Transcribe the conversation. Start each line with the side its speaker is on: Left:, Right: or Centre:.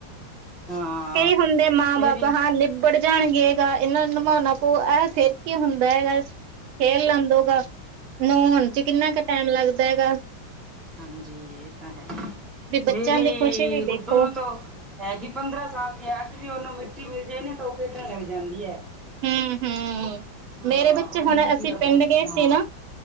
Centre: ਹਾਂ
Right: ਕਈ ਹੁੰਦੇ ਮਾਂ
Centre: ਮੇਰੀ
Right: ਬਾਪ ਹਾਂ ਲਿਬ ਬੜ ਜਾਣਗੇ ਹੈਗਾ, ਇਹਨਾਂ ਨੂੰ ਨਵਾਉਣਾ ਪਊ, ਇਹ ਫਿਰ ਕੀ ਹੁੰਦਾ ਹੈਗਾ। ਖੇਲ ਲੈਣ ਦੋ ਬਾਰ, ਨਹਾਉਣ 'ਚ
Centre: ਹਾਂ
Right: ਕਿੰਨਾ ਕੁ ਟਾਈਮ ਲੱਗਦਾ ਹੈਗਾ?
Centre: ਹਾਂਜੀ ਇਹ ਤਾਂ ਹੈ,
Right: ਵੀ ਬੱਚਿਆਂ
Centre: ਮੇਰੀ
Right: ਦੀ ਖੁਸ਼ੀ ਵੀ
Centre: ਗੁੱਡੂ
Right: ਦੇਖੋ
Centre: ਨੂੰ ਤਾਂ ਹੈਗੀ ਪੰਦਰਾਂ ਸਾਲ ਦੀ, ਅਜ ਵੀ ਉਹਨੂੰ ਮਿੱਟੀ ਮਿਲ ਜਾਏਣੀ ਤਾਂ ਉਹ ਖੇਡਣ ਲੱਗ ਜਾਂਦੀ ਹੈ।
Right: ਹਮ, ਹਮ।
Centre: ਹਾਂ
Right: ਮੇਰੇ ਬੱਚੇ,
Centre: ਉਹਨੂੰ
Right: ਹੁਣ
Centre: ਮਿੱਟੀ
Right: ਅਸੀਂ
Centre: ਦਾ
Right: ਪਿੰਡ
Centre: ਬਹੁਤ
Right: ਗਏ
Centre: ਹਾਂ
Right: ਸੀ ਨਾ,